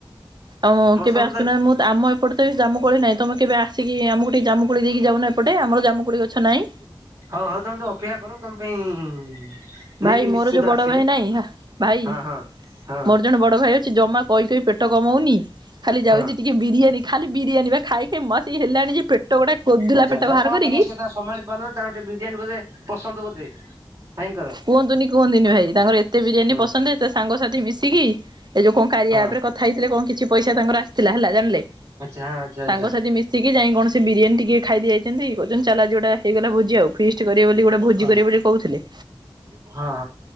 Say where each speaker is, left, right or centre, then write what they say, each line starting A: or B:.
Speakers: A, on the right; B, on the right.
A: ଆଉ
B: ପସନ୍ଦ
A: କେବେ ଆସୁନାହିଁ ମୁଁ ଆମ ଏପଟେ ତ ଜାମୁ କୁଳି ନାଇଁ ତମେ କେବେ ଆସିକି ଆମକୁ ଟିକେ ଜାମୁକୁଳି ଦେଇକି ଯାଉ ନାହିଁ ଏପଟେ ଆମ ଜାମୁକୁଳି ଗଛ ନାହିଁ
B: ହଉ ହଉ ତମେ ତ ଅପେକ୍ଷା କର ତମ ପାଇଁ ନେଇକି
A: ଭାଇ
B: ନିଶ୍ଚିନ୍ତ
A: ମୋର ଯୋଉ ବଡ
B: ଆସିବି
A: ଭାଇ ନାଇଁ ଭାଇ
B: ହଁ ହଁ। ହଁ
A: ମୋର ଜଣେ ବଡ ଭାଇ ଅ ଅଛି ଜମା କହି କହି ପେଟ କମଉନି ଖାଲି ଯାଉଛି
B: ହଁ
A: ଟିକେ ବିରିୟାନୀ ଖାଲି ବିରିୟାନୀ ବା ଖାଇ ଖାଇ ଇମା କି ହେଲାଣି ଯେ ଗୋଟା କୋଦୁଲା
B: ଆଚ୍ଛା
A: ପେଟ
B: ଆଉ
A: ବାହାର
B: କଣ
A: କରିକି
B: କରିବା ସେ ତା ସମ୍ଭାଳି ପାରୁନାନ୍ତି ତାଙ୍କୁ ଟିକେ ବିରିୟାନୀ ବଧେ ପସନ୍ଦ ବୋଧେ ଭାଇଙ୍କର
A: କୁହନ୍ତୁନି କୁହନ୍ତିନି ଭାଇ ତାଙ୍କର ଏତେ ବିରିୟାନୀ
B: ହଁ
A: ପସନ୍ଦତ ସାଙ୍ଗସାଥି ମିଶିକି ଏ ଯୋଉ କଣ କାରିଆ
B: ହଁ
A: ଉପରେ କଥା ହେଇଥିଲେ କଣ କିଛି ପଇସା ତାଙ୍କର ଆସିଥିଲା ହେଲା ଜାଣିଲେ-
B: ଆଚ୍ଛା ହଁ ଆଚ୍ଛା ଆଚ୍ଛା
A: ସାଙ୍ଗ ସାଥି ମିଶିକି ଯାଇ କଣ ସେ ବିରିୟାନୀ ଟିକେ ଖାଇକି ଯାଇଛନ୍ତି କହୁଛନ୍ତି ଚାଲ ଯେଉଁଟା ହେଇଗଲା ଭୋଜି ଆଉ ଫିଷ୍ଟ କରିବ ବୋଲି ଟେ ଭୋଜି
B: ହଁ ହଁ।
A: କରିବା ବୋଲି କହୁଛନ୍ତି।
B: ହଁ